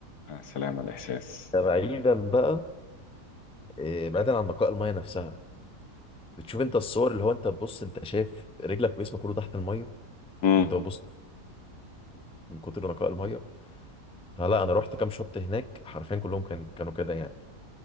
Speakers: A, on the left (about 80°); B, in the centre.
A: يا سلام على الاحساس
B: ده بعيدا بقى آه، بعيدا عن نقاء المية نفسها بتشوف انت الصور اللي هو انت تبص انت شايف رجلك وجسمك كله تحت المية
A: امم
B: وانت بتبص من كتر نقاء المية فلا انا رحت كام شط هناك حرفيا كلهم كان- كانوا كده يعني